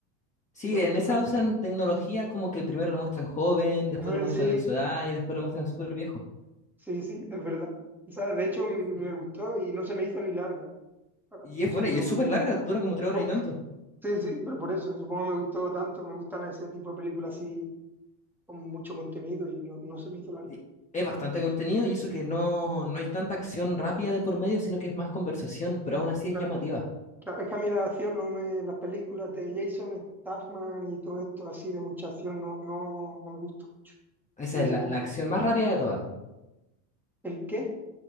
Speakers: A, on the left; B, in the centre.
A: Sí,
B: Me
A: en
B: gustó.
A: esa
B: ta-
A: usan tecnología como que primero lo muestran joven, después
B: <laughs>
A: lo muestran
B: Sí, sí,
A: en su edad y después lo muestran súper viejo.
B: sí, sí, es verdad. O sea, de hecho, m-
A: Sí.
B: me gustó y no se me hizo ni larga. Bueno,
A: Y
B: O
A: es
B: sea,
A: buena,
B: que
A: y
B: me
A: es
B: gustó.
A: súper larga, dura como
B: <laughs>
A: tres horas y tanto.
B: Sí, sí, pero por eso, supongo que me gustó tanto. Me gustan ese tipo de películas así, con mucho contenido y no, no se me hizo larga.
A: Y Es bastante contenido y eso que no, no hay tanta acción rápida de por medio, sino que es más conversación, pero aún así
B: Claro,
A: es llamativa.
B: claro. Es que a mí la acción, no me, las películas de Jason Statham y todo esto así de mucha acción, no, no, no me gustó.
A: Esa
B: James
A: es la,
B: Bond.
A: la acción más rápida de todas.
B: ¿El qué?